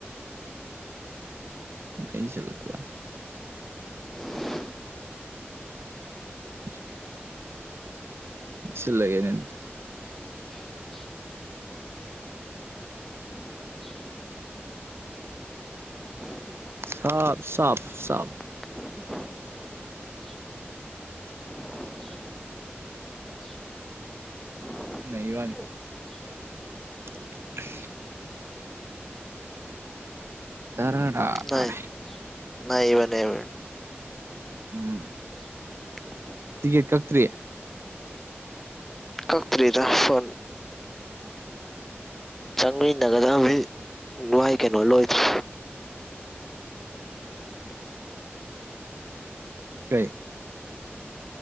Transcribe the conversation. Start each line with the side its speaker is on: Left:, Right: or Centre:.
Right: ꯅꯩꯁꯜꯂꯛꯄ ꯋꯥꯅꯦ
Centre: <inaudible>
Right: <inaudible> ꯁꯤꯜꯂꯒꯦꯅꯦ ꯑꯗꯨꯗꯤ
Centre: <inaudible> <inaudible> <inaudible>
Right: ꯁꯥꯐ ꯁꯥꯐ ꯁꯥꯐ
Centre: <inaudible> <inaudible>
Right: ꯅꯩꯕꯋꯥꯅꯤ
Centre: <inaudible>
Right: <inaudible> ꯇꯔꯥꯔꯥ
Centre: ꯅꯥꯢ
Right: ꯇꯥꯔꯦ
Centre: ꯅꯩꯕꯅꯦꯃꯤ
Right: ꯎꯝ
Centre: <inaudible>
Right: ꯇꯤꯀꯦꯠ ꯀꯛꯇ꯭ꯔꯤ
Centre: ꯀꯛꯇ꯭ꯔꯤꯗ ꯐꯣꯟ ꯆꯪꯃꯤꯟꯅꯒꯗ ꯃꯤ ꯃꯣꯏ ꯀꯩꯅꯣ ꯂꯣꯏꯗ꯭ꯔꯤ
Right: ꯀꯩ